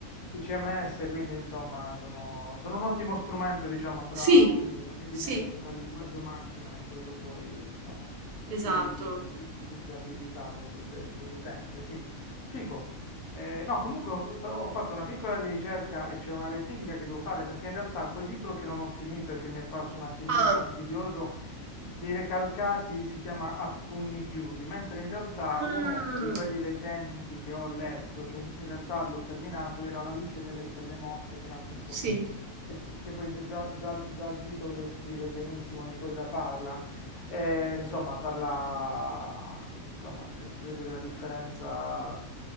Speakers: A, on the left (about 65°); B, on the right (about 75°).
A: I CMS, quindi insomma, sono, sono un ottimo strumento, diciamo, tra,
B: Sì,
A: come dire, una via
B: sì,
A: di mezzo tra il linguaggio macchina e quello poi, diciamo,
B: esatto.
A: di, di- di utilizzabilità del- del- dell'utente. Sì, figo. Eh, no, comunque ho stavo- ho fatto una piccola ricerca e c'è una rettifica che devo fare perché in realtà quel libro che non ho finito e che mi è parso un attimino
B: Ah,
A: fastidioso di Recalcati si chiama A pugni chiusi, mentre in realtà
B: ah,
A: uno di quelli recenti che ho letto e che in realtà l'ho terminato era La luce delle stelle morte, che era appunto,
B: sì.
A: che, che poi de- già, già- già il titolo descrive benissimo di cosa parla. Eh, insomma, parla, insomma, de- credo della differenza,